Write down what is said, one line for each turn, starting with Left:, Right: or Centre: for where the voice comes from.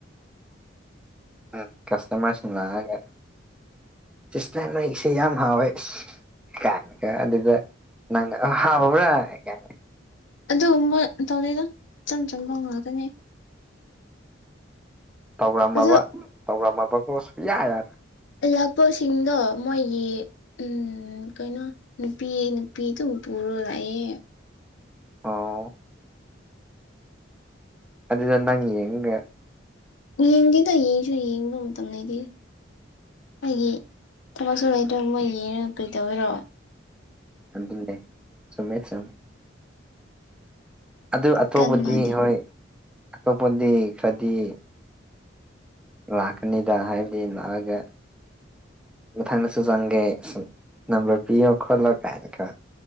Centre: ꯎꯝ ꯀꯁꯇꯃꯔꯁꯤꯡ ꯂꯥꯛꯑꯒ ꯁꯤꯁꯇꯔ ꯅꯣꯏꯒꯤꯁꯦ ꯌꯥꯝ ꯍꯥꯎꯋꯦ ꯏꯁ ꯀꯥꯛꯀ ꯑꯗꯨꯒ ꯅꯪꯅ ꯑꯣ ꯍꯥꯎꯕ꯭ꯔ ꯀꯥꯏꯅ
Left: ꯑꯗꯨꯒꯨꯝꯕ ꯇꯧꯗꯦꯗ ꯏꯆꯝ ꯆꯝꯕ ꯉꯥꯛꯇꯅꯦ
Centre: ꯇꯧꯔꯝꯃꯕ
Left: ꯑꯗꯨ
Centre: ꯇꯧꯔꯝꯃꯕꯀꯣ ꯁꯨꯨꯛꯌꯥ ꯌꯥ
Left: ꯂꯥꯛꯄꯁꯤꯡꯗꯣ ꯃꯣꯏꯒꯤ ꯎꯝ ꯀꯩꯅꯣ ꯅꯨꯄꯤ ꯅꯨꯄꯤꯗꯨꯝ ꯄꯨꯔꯒ ꯂꯥꯛꯑꯦ
Centre: ꯑꯣ ꯑꯗꯨꯗ ꯅꯪ ꯌꯦꯡꯉꯒ
Left: ꯌꯦꯡꯗꯤꯗ ꯌꯦꯡꯁꯨ ꯌꯦꯡꯕ ꯃꯇꯝ ꯂꯩꯗꯦ ꯑꯩꯒꯤ ꯊꯕꯛꯁꯨ ꯂꯩꯇ꯭ꯔ ꯃꯣꯏꯒꯤ ꯌꯦꯡꯂ ꯀꯔꯤ ꯇꯧꯒꯦꯔꯣ
Centre: ꯑꯗꯨꯅꯦ ꯆꯨꯝꯃꯦ ꯆꯨꯝꯃꯦ ꯑꯗꯨ ꯑꯇꯣꯞꯄꯗꯤ
Left: ꯀꯟꯅꯗꯤ
Centre: ꯍꯣꯏ ꯑꯇꯣꯞꯄꯗꯤ ꯈꯔꯗꯤ ꯂꯥꯛꯀꯅꯤꯗ ꯍꯥꯏꯕꯗꯤ ꯂꯥꯛꯑꯒ ꯃꯊꯪꯗꯁꯨ ꯆꯪꯒꯦ ꯁꯨꯝ ꯅꯝꯕꯔ ꯄꯤꯌꯣ ꯈꯣꯠꯂꯣ ꯀꯥꯏꯅ ꯀꯣ